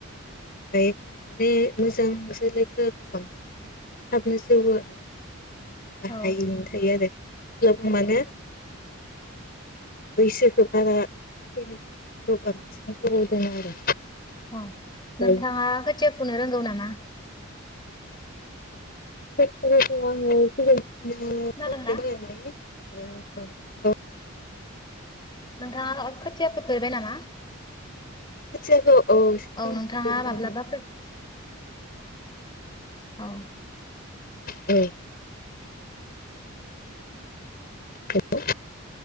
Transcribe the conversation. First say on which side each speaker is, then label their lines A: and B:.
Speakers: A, on the left (about 45°); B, on the left (about 20°).
A: <unintelligible> माने मोजां जोलैफोराथ' बांसिनै थाबनो जौवौ आरो । गाहायैनो
B: औ
A: थायो आरो । अब्ला मानो बैसोखौ बारा <unintelligible> गोबाव दोना आरो
B: औ नोंथाङा
A: औ
B: खोथिया फुनो बुंनो रोंगौ नामा?
A: <unintelligible>
B: खोनादोंना?
A: <unintelligible> औ औ
B: नोंथाङा खोथिया फैफेरबाय नामा?
A: खोथियाखौ औ <unintelligible>
B: नोंथाङा
A: फुदोंमोन।
B: माब्लाबा औ
A: औ हेल'